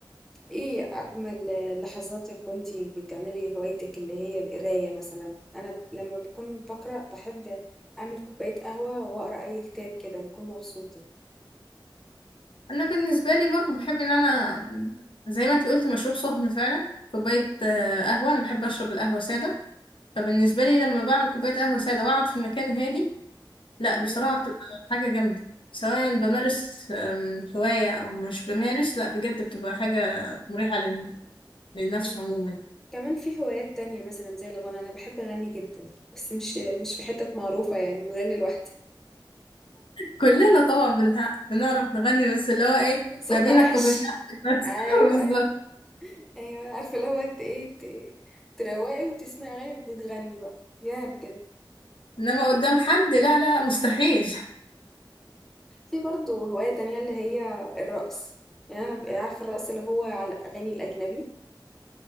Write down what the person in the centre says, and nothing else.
ايه اجمل لحظاتك وانتي بتعملي هوايتك اللي هي القرايه مثلا انا لما بكون بقرا بحب اعمل كوبايه قهوه واقرا اي كتاب كده بكون مبسوطه
امم
أمم.
كمان في هوايات تانية مثلا زي الغنى انا بحب اغني جدا بس مش مش في حتت معروفه يعني بغني لوحدي
<laughs> صوتنا
وحش
ايوه
ايوه ايوه عارفه اللي هو ت- ايه ت- تروقي وبتسمعي اغاني وبتغني بقى يا بجد
في برضه هواية تانية اللي هي الرقص يعني أنا ببقى عارفة الرقص اللي هو على الأغاني الأجنبي